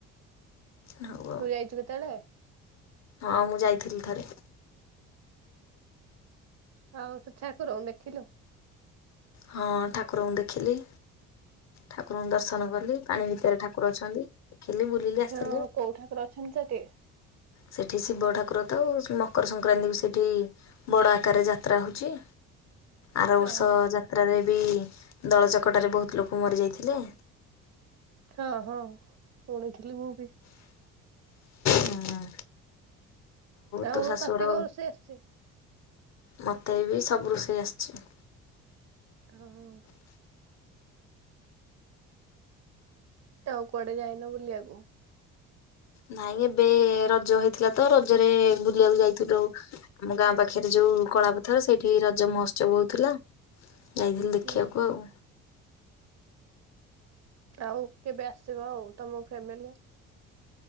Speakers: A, on the left; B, on the right.
A: ହଉ। ଆଉ
B: ତୁ ଯାଇଛୁ କେତେବେଳେ?
A: ହଁ ମୁଁ ଯାଇଥିଲି ଥରେ।
B: ଆଉ ସେ ଠାକୁରଙ୍କୁ ଦେଖିଲୁ?
A: ହଁ ଠାକୁରଙ୍କୁ ଦେଖିଲି। ଠାକୁରଙ୍କୁ ଦର୍ଶନ କଲି ପାଣି ଭିତରେ ଠାକୁର ଅଛନ୍ତି। ଦେଖିଲି ବୁଲିଲି
B: ହେଠି
A: ଆସିଲି।
B: ଅ କୋଉ ଠାକୁର ଅଛନ୍ତି ସେଠି?
A: ସେଠି ଶିବ ଠାକୁର ତ ଆଉ ମକର ସଂକ୍ରାନ୍ତି ବି ସେଠି ବଡ଼ ଆକାରରେ ଯାତ୍ରା ହେଉଛି। ଆର ବର୍ଷ
B: ଅ
A: ଯାତ୍ରାରେ ବି ଦଳା ଚକଟାରେ ବହୁତ ଲୋକ ମରି ଯାଇଥିଲେ।
B: ହଁ ହଁ ଶୁଣିଥିଲି ମୁଁ ବି।
A: ହୁଁ
B: ଆଉ
A: ତୋ ଶାଶୁଘର
B: ତତେ କଣ ରୋଷେଇ ଆସିଛି?
A: ମୋତେ ବି ସବୁ ରୋଷେଇ ଆସିଛି।
B: ଆଉ କି ଆଉ କୁଆଡେ ଯାଇନ ବୁଲିବାକୁ?
A: ନାଇଁ ଏବେ ରଜ ହେଇଥିଲା ତ ରଜରେ ବୁଲିବାକୁ ଯାଇଥିଲୁ। ଆମ ଗାଁ ପାଖରେ ଯୋଉ କଳାପଥର ସେଇଠି ରଜ ମହୋତ୍ସବ ହଉଥିଲା। ଯାଇଥିଲି ଦେଖିବାକୁ
B: ହୁଁ
A: ଆଉ।
B: ଆଉ କେବେ ଆସିବ ଆଉ ତମ ଫ୍ୟାମିଲି।